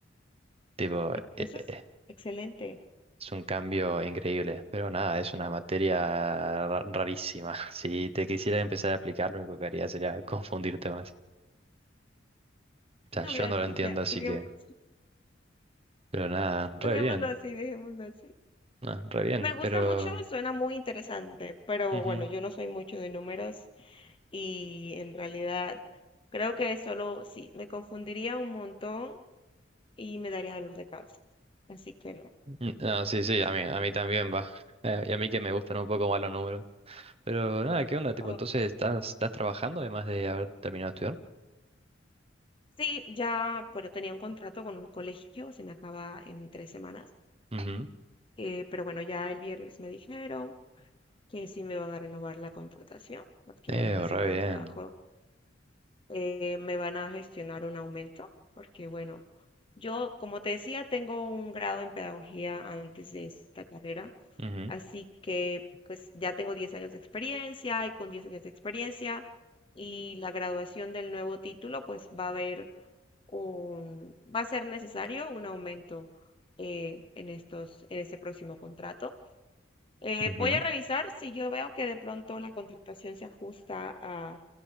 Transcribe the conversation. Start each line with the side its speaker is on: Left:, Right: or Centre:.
Right: Tipo, eh,
Left: Eso es
Right: eh,
Left: excelente.
Right: es un cambio increíble, pero nada, es una materia ra- rarísima. <laughs> Si te quisieras empezar a aplicar, lo único que haría sería <laughs> confundirte más. O sea, yo
Left: No, gracias,
Right: no lo entiendo,
Left: ya.
Right: así
Left: Dejemos-
Right: que,
Left: <laughs>
Right: pero nada, re
Left: Dejémoslo
Right: bien,
Left: así, dejémoslo así.
Right: no, re bien,
Left: Me gusta
Right: pero...
Left: mucho, suena muy interesante, pero
Right: ujú.
Left: bueno, yo no soy mucho de números y en realidad creo que solo, sí, me confundiría un montón y me daría dolor de cabeza. Así que no.
Right: Mm, No, sí, sí, a mí, a mí también va. Eh, y a mí que me gustan un poco más los números. Pero nada, ¿qué onda? Tipo,
Left: Ah,
Right: entonces estás, estás trabajando además de haber terminado de estudiar.
Left: sí, ya, bueno, tenía un contrato con un colegio, se me acaba en tres semanas,
Right: Ujú.
Left: eh, pero bueno, ya el viernes me dijeron que sí me van a renovar la contratación, porque
Right: Eh,
Left: bueno, hice
Right: re
Left: un buen
Right: bien.
Left: trabajo eh, me van a gestionar un aumento, porque bueno, yo, como te decía, tengo un grado en pedagogía antes de esta carrera,
Right: Ujú,
Left: así que pues ya tengo 10 años de experiencia y con 10 años de experiencia y la graduación del nuevo título, pues va a haber un, va a ser necesario un aumento eh, en estos, en este próximo contrato. Eh,
Right: ujú.
Left: voy a revisar si yo veo que de pronto la contratación se ajusta a